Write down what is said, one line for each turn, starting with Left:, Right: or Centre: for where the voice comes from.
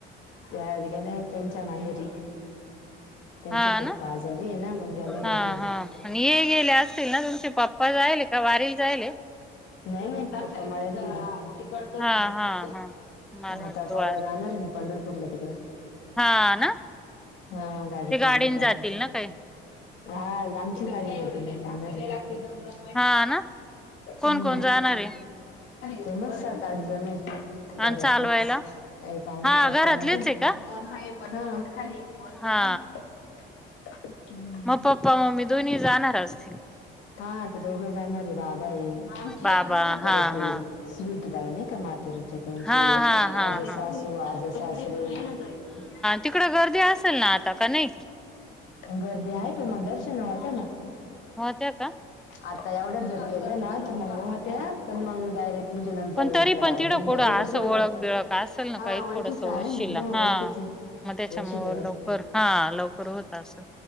Left: त्या आज गेल्या हायत त्यांच्या माहेरी. त्यांचे
Centre: हा
Left: पप्पा
Centre: ना,
Left: आजारी आहे ना मग गेल्या
Centre: हा
Left: भेटायला.
Centre: हा आणि ये गेले असतील ना, तुमचे पप्पा जायाले का वारी जायले?
Left: नाही नाही पप्पा मळ्यात गेले.
Centre: हा हा हा मला
Left: म आता
Centre: वाटत वा
Left: परवा जाणार आहे ना, पंढरपूरला तिकड.
Centre: हा ना
Left: हा गाडी
Centre: ते
Left: चालली
Centre: गाडीने
Left: परवाच.
Centre: जातील ना काही
Left: हा गा आमचीच गाडी होती <unintelligible>
Centre: हा ना? कोण
Left: हूम्म
Centre: कोण जाणार आहे
Left: ते मस स ताआठ जण हाएत. घरातच
Centre: आणि चालवायला
Left: त्याय पाहणी
Centre: हा
Left: पप्पा
Centre: घरातलेच
Left: नाही तर ह
Centre: आहे का
Left: पण खाली झाला
Centre: हा
Left: <unintelligible>
Centre: म पप्पा मम्मी दोन्ही जाणार असतील.
Left: हा ते दोघंही जाणारे, बाबा आये
Centre: बाबा
Left: परत
Centre: हा
Left: ते
Centre: हा
Left: स्वीट त आहे नाही का? मातुरीच्या त्यांचे
Centre: हा हा हा
Left: माझं
Centre: हा
Left: सासू आज सासू <unintelligible>
Centre: तिकड गर्दी असेल ना आता? का नाही?
Left: गर्दी आहे पण मग दर्शन व होत्या ना
Centre: होते का?
Left: आता एवढंच जर गेलं ना तर मग होत्या पण मग डायरेक्ट म्हणजे नंतर
Centre: पण तरी
Left: त्या
Centre: पण तिकडं
Left: दिंड्या
Centre: कुडं
Left: ते
Centre: असं
Left: तर सुरुवात
Centre: ओळख बिळख असेल ना
Left: हा
Centre: काही थोडस
Left: ओळखीच
Centre: वशिला
Left: आहे ना मग
Centre: हा
Left: ओळखीच आहे.
Centre: मग त्याच्या
Left: वशिल्यावर
Centre: मूळे लवकर हा लवकर होत असं.